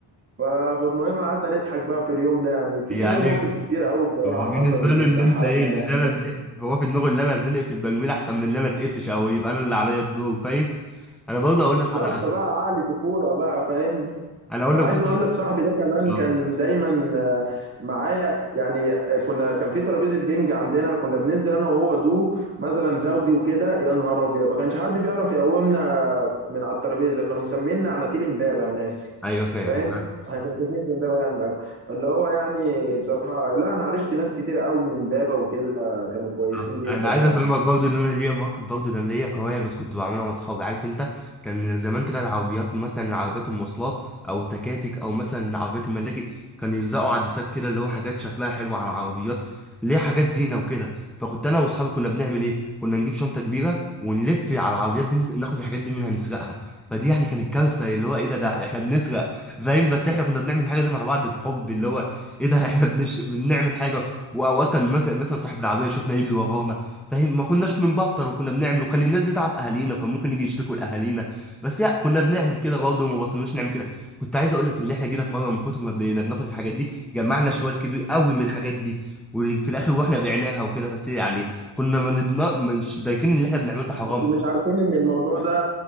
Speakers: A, on the right; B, in the centre.
A: ف- فالمهم قعدنا نضحك بقى في اليوم ده يعني في
B: يعني
A: كذا موقف كتير قوي بصراحة
B: هو بالنسبة
A: حصل
B: له اللي
A: ضحكنا
B: انت ايه اللي
A: يعني
B: انا اتزنق هو في دماغه اللي انا اتزنق في التجميل احسن من اللي انا اتقفش او يبقى انا اللي عليا الدور فاهم انا برضه اقول
A: بالظبط
B: لك على
A: بقى عقل طفولة بقى فاهم
B: انا اقول
A: انا
B: لك
A: عايز
B: برضه
A: اقول لك صاحبي ده كمان
B: اه
A: كان دايما آه، معايا يعني آه، كنا كان في ترابيزة بينج عندنا كنا بننزل انا وهو دو مثلا زوجي وكده يا نهار ابيض ما كانش حد بيعرف يقومنا من على الترابيزة كانوا مسمينا عناتيل امبابة هناك
B: ايوه فاهم
A: فاهم احنا كنا فاكرين في امبابه يعني الاول فاللي هو يعني بصراحه لا انا عرفت ناس كتير قوي من امبابه وكده كانوا كويسين
B: آه،
A: جدا
B: انا
A: يعني
B: عايز افهمك برضه ان انا ليا مواقف برضه انا ليا كوارث كنت بعملها مع اصحابي عارف انت كان زمان كده العربيات مثلا عربيات المواصلات او التكاتك او مثلا عربيات الملاكي كان يلزقوا عدسات كده اللي هو حاجات شكلها حلو على العربيات اللي هي حاجات زينه وكده فكنت انا واصحابي كنا بنعمل ايه كنا نجيب شنطه كبيره ونلف على العربيات دي ناخد الحاجات دي منها نسرقها فدي يعني كانت كارثه اللي هو ايه ده ده احنا بنسرق فاهم بس احنا كنا بنعمل الحاجه دي مع بعض بحب اللي هو ايه ده احنا بنش... بنعمل حاجه واوقات كان مك- مثلا صاحب العربيه شفنا يجري ورانا فاهم ما كناش بنبطل وكنا بنعمل وكان الناس دي تعرف اهالينا كان ممكن يجي يشتكوا لاهالينا بس لا كنا بنعمل كده برضه وما بطلناش نعمل كده كنت عايز اقول لك اللي احنا جينا في مره من كتر ما بقينا بناخد الحاجات دي جمعنا شوال كبير قوي من الحاجات دي وفي الاخر رحنا بعناها وكده بس يعني كنا ما ندم- مش دايكين اللي احنا بنعمله ده حرام
A: انتوا مش عارفين ان الموضوع ده